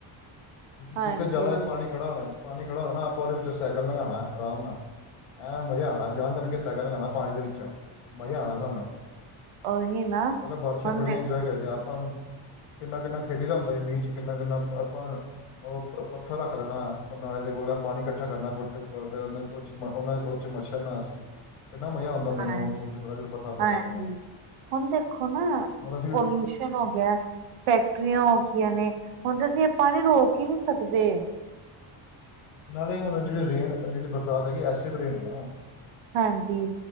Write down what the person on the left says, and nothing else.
ਜਿੱਥੇ-ਜਿੱਥੇ
ਜ਼ਿਆਦਾ ਪਾਣੀ ਖੜਾ ਹੋਣਾ ਪਾਣੀ ਖੜਾ ਹੋਣਾ ਨਾ ਆਪਾਂ ਉਹਦੇ ਵਿੱਚੋਂ ਸਾਈਕਲ ਲੰਘਾਣਾ ਆਰਾਮ ਨਾਲ ਐਂਨ ਮਜ਼ਾ ਆਣਾ ਜਾਣ ਜਾਣ ਕੇ ਸਾਈਕਲ ਲਘਾਣਾ ਪਾਣੀ ਦੇ ਵਿੱਚੋਂ ਮਜ਼ਾ ਆਣਾ ਸਾਨੂੰ।
ਮਤਲਬ ਬਾਰਿਸ਼ਾਂ
ਬੜੀਆਂ
ਇੰਜੋਏ ਕਰਦੇ ਆ ਆਪਾਂ ਕਿੰਨਾ ਕਿੰਨਾ ਖੇਡੀ ਦਾ ਹੁੰਦਾ ਸੀ ਮੀਂਹ ਚ ਕਿੰਨਾ ਕਿੰਨਾ ਆਪਾਂ ਓ ਪੱਥਰ ਰੱਖ ਲੈਣਾ ਨਾਲੇ ਦੇ ਕੋਲ ਪਾਣੀ ਇਕੱਠਾ ਕਰਨਾ ਕੁ ਉੱਠੇ ਉੱਪਰ <unintelligible> ਉਹ ਉਹ ਉਹ ਚ ਮੱਛਰ ਨਾ ਅਸੀਂ ਕਿੰਨਾ ਮਜ਼ਾ ਆਂਦਾ ਹੁੰਦਾ
ਸੀ ਮੌਨਸੂਨ ਚ ਪਤਾ ਜਦੋਂ ਬਰਸਾਤਾਂ
ਲੱਗਣੀਆਂ।
ਮਤਲਬ ਅਸੀਂ
ਨਾਲੇ ਹੁਣ ਜਿਹੜੇ ਰੇਨ ਜਿਹੜੀ ਬਰਸਾਤ ਹੈਗੀ ਐਸਿਡ ਰੇਨ ਆ ਹੁਣ।